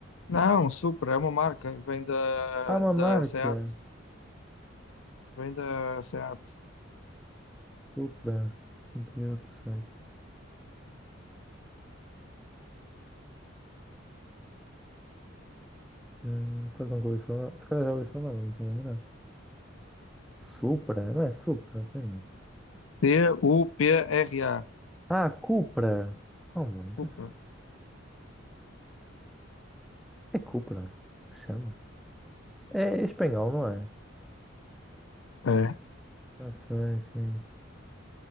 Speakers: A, on the left (about 80°); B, in the centre.
A: Não, Supra é uma marca, vem da,
B: Há uma
A: da
B: marca,
A: SEAT, vem da SEAT.
B: Supra, tem que ver outro site. Hum, pois nunca ouvi falar. Se calhar já ouvi falar, mas não estou a lembrar. Supra? Não é Supra? Pois não.
A: C-U-P-R-A,
B: Ah, Cupra! Oh, mano, tá-
A: Supra.
B: é Cupra que se chama. É espanhol, não é?
A: É, é,
B: Já sei, sim.